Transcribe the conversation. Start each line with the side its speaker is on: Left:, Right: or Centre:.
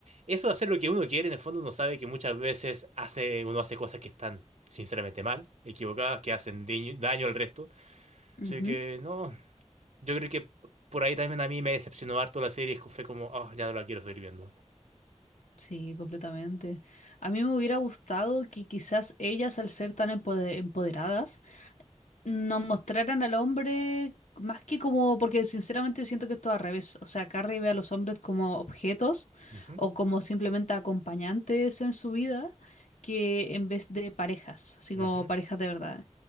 Right: eso de hacer lo que uno quiere, en el fondo uno sabe que muchas veces hace, uno hace cosas que están sinceramente mal, equivocadas, que hacen daño, daño al resto.
Left: Ujú.
Right: Así que no, yo creo que por ahí también a mí me decepcionó harto la serie. es que Fue como, oh, ya no la quiero seguir viendo.
Left: Sí, completamente. A mí me hubiera gustado que quizás ellas, al ser tan empode- empoderadas, nos mostraran al hombre más que como, porque sinceramente siento que esto es al revés, o sea, Carrie ve a los hombres como objetos
Right: Ujú,
Left: o como simplemente acompañantes en su vida que en vez de parejas, así
Right: ujú,
Left: como parejas de verdad.